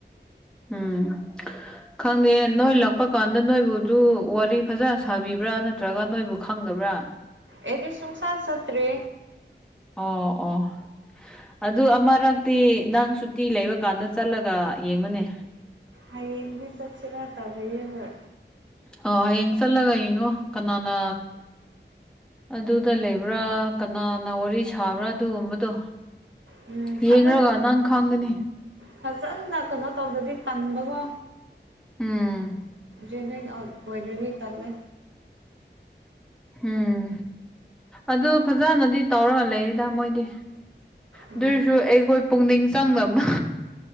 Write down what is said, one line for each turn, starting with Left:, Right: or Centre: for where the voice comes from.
Centre: ꯎꯝ ꯈꯪꯗꯦ ꯅꯣꯏ ꯂꯥꯛꯄ ꯀꯥꯟꯗ ꯅꯣꯏꯕꯨꯗꯨ ꯋꯥꯔꯤ ꯐꯖꯅ ꯁꯥꯕꯤꯕ꯭ꯔꯥ ꯅꯠꯇ꯭ꯔꯒ ꯅꯣꯏꯕꯨ ꯈꯪꯗꯕ꯭ꯔꯥ
Right: ꯑꯦꯗꯤ ꯁꯨꯡꯁꯥꯠ ꯆꯠꯇꯔꯤ
Centre: ꯑꯣ ꯑꯣ ꯑꯗꯨ ꯑꯃꯔꯛꯇꯤ ꯅꯪ ꯁꯨꯇꯤ ꯂꯩꯕꯀꯥꯟꯗ ꯆꯠꯂꯒ ꯌꯦꯡꯉꯨꯅꯦ
Right: ꯍꯌꯦꯡꯗꯤ ꯆꯠꯁꯤꯔꯥ ꯇꯧꯔꯤꯌꯦ ꯍꯣꯏ
Centre: ꯑꯣ ꯍꯌꯦꯡ ꯆꯠꯂꯒ ꯌꯦꯡꯉꯣ ꯀꯅꯥꯅ ꯑꯗꯨꯗ ꯂꯩꯕ꯭ꯔꯥ ꯀꯅꯥꯅ ꯋꯥꯔꯤ ꯁꯥꯕ꯭ꯔꯥ ꯑꯗꯨꯒꯨꯝꯕꯗꯣ
Right: ꯎꯝ
Centre: ꯌꯦꯡꯔꯒ
Right: ꯑꯗꯣ
Centre: ꯅꯪ ꯈꯪꯒꯅꯤ
Right: ꯐꯖꯅ ꯀꯩꯅꯣ ꯇꯧꯗꯗꯤ ꯇꯟꯕ ꯒꯣ
Centre: ꯎꯝ
Right: ꯄꯦꯃꯦꯟ ꯑꯥꯎꯠ ꯑꯣꯏꯗꯔ꯭ꯗꯤ ꯇꯜꯂꯦ
Centre: ꯎꯝ ꯑꯗꯨ ꯐꯖꯅꯗꯤ ꯇꯧꯔꯒ ꯂꯩꯌꯦꯗ ꯃꯣꯏꯗꯤ
Right: ꯎꯝ
Centre: ꯑꯗꯨꯑꯣꯏꯁꯨ ꯑꯩꯈꯣꯏ ꯄꯨꯛꯅꯤꯡ ꯆꯪꯗꯕ